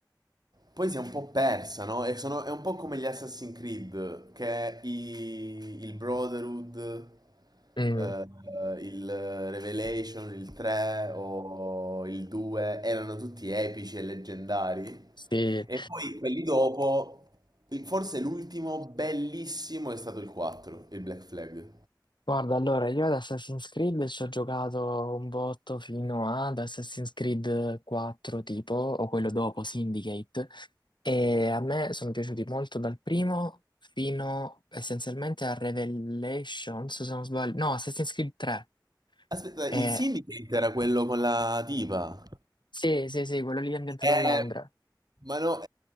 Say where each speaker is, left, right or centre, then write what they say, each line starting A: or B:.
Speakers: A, on the right; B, on the left.
A: poi si è un po' persa, no? E sono- è un po' come gli Assassin's Creed, che i- il Brotherhood,
B: Mm,
A: eh, il Revelation, il 3 o il 2 erano tutti epici e leggendari.
B: sì.
A: E poi quelli dopo, il- forse l'ultimo bellissimo è stato il 4, il Black Flag.
B: Guarda, allora, io ad Assassin's Creed ci ho giocato un botto fino ad Assassin's Creed 4, tipo, o quello dopo, Syndicate, e a me sono piaciuti molto dal primo fino essenzialmente a Revelations, se non sbaglio, no, Assassin's Creed 3.
A: Aspetta,
B: Eh,
A: il Syndicate era quello con la diva.
B: sì, sì, sì, quello lì è ambientato
A: Eh,
B: a Londra.
A: ma no.